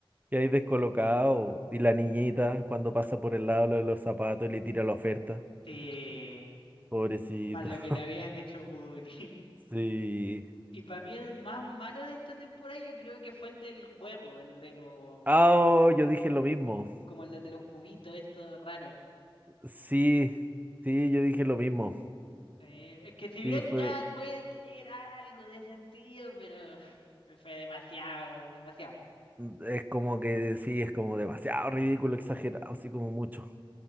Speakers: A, on the right (about 20°); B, on the left (about 90°).
A: Y ahí descolocado. Y la niñita, cuando pasa por el lado lo de los zapatos y le tira la oferta.
B: Sí,
A: Pobrecita.
B: más lo que
A: <laughs>
B: le habían hecho bullying. <laughs>
A: Sí.
B: Y para mí el más malo de esta temporada yo creo que fue el del juego, el de los,
A: Ah, Oh, yo dije lo mismo.
B: como el de los cubitos, esto raro
A: Sí, sí, yo dije lo mismo.
B: Eh, es que si
A: Sí,
B: bien
A: fue.
B: ya puede tener algo de sentido, pero <laughs> fue demasiado, demasiado.
A: Es como que sí, es como demasiado ridículo, exagerado, así como mucho.